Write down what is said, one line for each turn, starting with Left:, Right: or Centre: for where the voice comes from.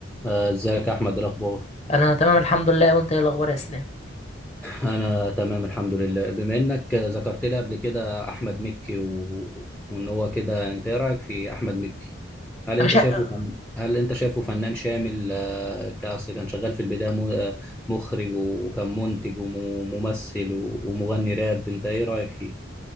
Centre: آه، ازيك يا احمد إيه الاخبار
Left: انا تمام الحمد لله وانت ايه الاخبار يا اسلام
Centre: انا تمام الحمد لله بما انك ذكرت لي قبل كده احمد مكي و... وان هو كده انت ايه رايك في احمد مكي هل
Left: انا
Centre: انت
Left: شا...
Centre: شايفه فن... هل انت شايفه فنان شامل آه، كأصل كان شغال في البدايه م... آه، مخرج وكان منتج وممثل ومغني راب انت ايه رايك فيه